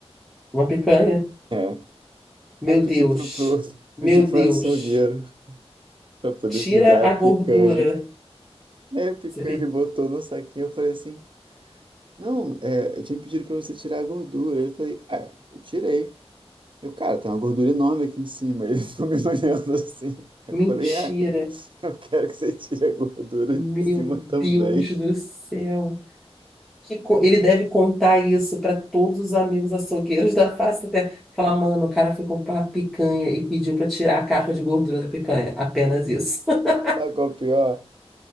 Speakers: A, in the centre; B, on the right.
A: Uma picanha?
B: É.
A: Meu
B: Aí pedi
A: Deus,
B: pro, pro,
A: meu
B: pedi pro
A: Deus,
B: açougueiro pra poder
A: tira
B: me dar a
A: a
B: picanha.
A: gordura.
B: Aí a picanha
A: Você pediu.
B: ele botou no saquinho, eu falei assim, não, é, eu tinha pedido pra você tirar a gordura. Ele falou, ah, eu tirei. Eu, cara, tem uma gordura enorme aqui em cima. <laughs> Ele ficou me <laughs> olhando assim. Eu
A: Mentira!
B: falei, ah, eu quero que você tire a gordura
A: Meu
B: de cima
A: Deus
B: também.
A: do céu! Que co- Ele deve contar isso para todos os amigos açougueiros da face da terra. Falar, mano, o cara foi comprar uma picanha e pediu para tirar a capa de gordura da picanha. Apenas isso. <laughs>
B: Sabe qual é o pior?